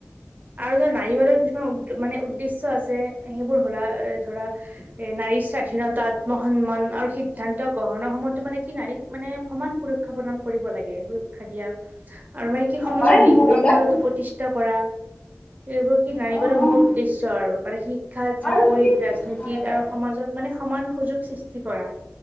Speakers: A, on the right; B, on the left.
A: আৰু ধৰা নাৰীবাদৰ কিছুমান মানে উদ্দেশ্য আছে সেইবোৰ হ'লা এ ধৰা এ নাৰীৰ স্বাধীনতা আত্মসন্মান আৰু সিদ্ধান্ত গ্ৰহণৰ সময়তো মানে কি নাৰীক মানে সমান সুৰক্ষা কৰিব লাগে সুৰক্ষা দিয়া আৰু মানে কি সমাজত
B: আমাৰ
A: লিংগ
B: মহিলা
A: সমততো প্ৰতিষ্ঠা কৰা। এইবোৰ কি নাৰিবাদৰ
B: অ', অ',
A: মোৰ উদ্দেশ্য আৰু মানে শিক্ষাত চাকৰিত
B: আৰু
A: ৰাজনীতিত
B: মানে হয়, হয়,
A: আৰু সমাজত মানে সমান সুযোগ সৃষ্টি কৰা।